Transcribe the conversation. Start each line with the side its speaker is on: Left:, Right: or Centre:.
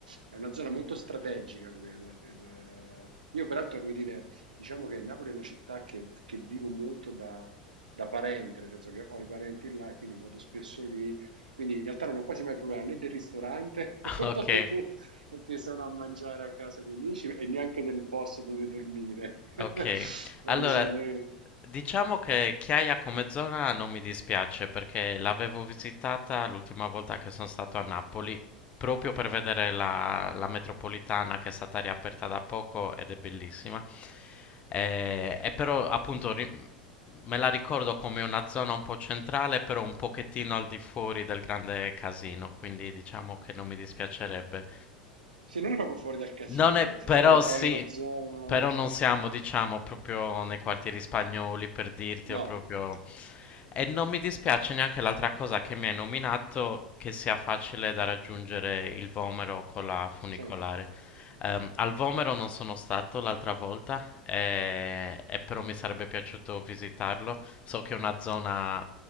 Right: È una zona molto strategica quella per, eh, Io peraltro, come dire, diciamo che Napoli è una città che, che vivo molto da, da parente, nel senso che ho i parenti là e quindi vado spesso lì. Quindi in realtà non ho quasi mai problema né del ristorante, <laughs>
Left: <laughs> ok.
Right: perché, perché sono a mangiare a casa di amici, e neanche del posto dove dormire. <laughs>
Left: Ok,
Right: Dai,
Left: allora
Right: che sono dei-
Left: diciamo che Chiaia come zona non mi dispiace perché l'avevo visitata l'ultima volta che sono stato a Napoli proprio per vedere la, la metropolitana che è stata riaperta da poco ed è bellissima. Eh, E, però appunto ri- me la ricordo come una zona un po' centrale, però un pochettino al di fuori del grande casino, quindi diciamo che non mi dispiacerebbe.
Right: Sì, non è proprio fuori dal casino,
Left: Non è,
Right: nel senso
Left: però
Right: che è
Left: sì,
Right: una zona...
Left: però non siamo, diciamo, proprio nei quartieri spagnoli per dirti,
Right: No,
Left: o proprio...
Right: no.
Left: E non mi dispiace neanche l'altra cosa che mi hai nominato, che sia facile da raggiungere il Vomero con la funicolare.
Right: Sì.
Left: Ehm, al Vomero non sono stato l'altra volta, e, e però mi sarebbe piaciuto visitarlo. So che è una zona